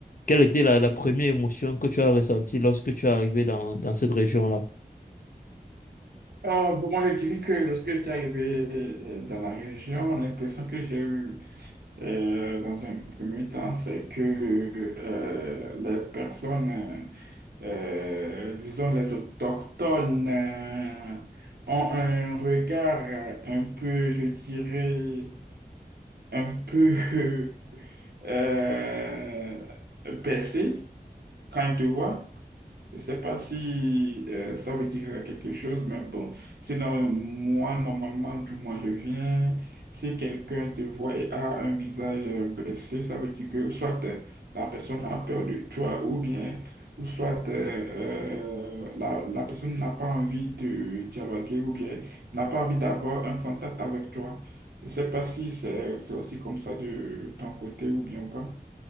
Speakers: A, on the left; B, on the right.
A: quelle était la, la première émotion que tu as ressentie lorsque tu es arrivé dans, dans cette région-là?
B: Euh, bon, moi, je dirais que lorsque j'étais arrivé euh, dans la région, l'impression que j'ai eue euh, dans un premier temps, c'est que euh, les personnes, euh, euh, disons les autochtones, euh, ont un regard euh, un peu, je dirais, un peu <laughs> euh, baissé quand ils te voient. Je ne sais pas si euh, ça veut dire euh, quelque chose, mais bon. Sinon, moi, normalement, du moins, je viens. Si quelqu'un te voit et a un visage euh, baissé, ça veut dire que soit euh, la personne a peur de toi ou bien, ou soit euh, euh, la, la personne n'a pas envie de dialoguer ou bien n'a pas envie d'avoir un contact avec toi. Je ne sais pas si c'est c'est aussi comme ça de ton côté ou bien ou pas.